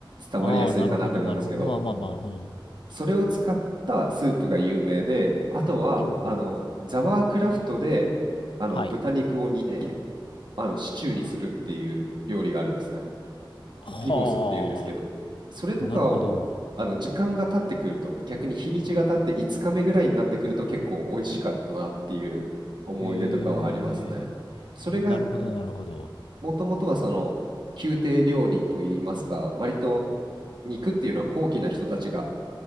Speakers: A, on the right; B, on the left.
A: 伝わりやすいかなって思うんですけど、
B: ああ、なるほど、なるほど。まあまあまあ、うん。
A: それを使ったスープが有名で、あとはあのザワークラフトであの豚肉を煮て
B: ほうほう。はい。
A: あのシチューにするっていう料理があるんですね。
B: は
A: ビゴスっていうんですけど、それとかをあの時間が経ってくると、
B: あ。なるほど。
A: 逆に日にちが経って5日目ぐらいになってくると結構美味しかったなっていう思い出とかはありますね。
B: ええ。
A: それが
B: なるほど、なるほど。
A: もともとはその宮廷料理といいますか、割と肉っていうのは高貴な人たちが